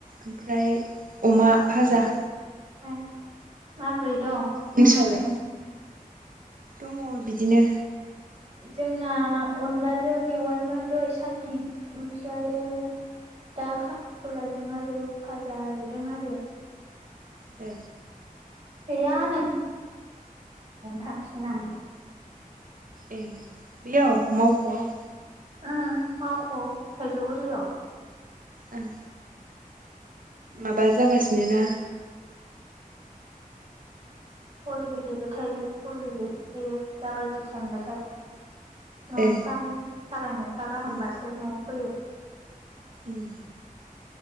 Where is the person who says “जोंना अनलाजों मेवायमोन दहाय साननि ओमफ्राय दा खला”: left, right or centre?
Right